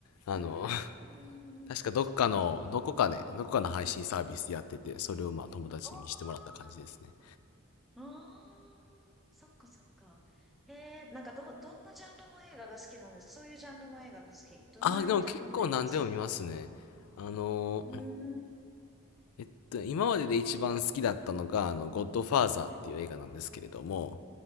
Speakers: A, on the left; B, in the centre.
A: あのー
B: うーん。
A: <laughs> 確かどっかの、
B: そっかそっかそっか。
A: どこかで、どこかの配信サービスやってて、それをまあ友達に見せてもらった感じですね。
B: ああ。ああ。そっかそっか。へえ。なんか、ど、どんなジャンルの映画が好きなんですかそういうジャンルの映画が好き。どんなジャンルの映画が好きなの
A: あ、でも結構何でも見ますね。あのー
B: うーん。
A: えっと、今までで一番好きだったのが、あの、ゴッドファーザーっていう映画なんですけれども、
B: うん。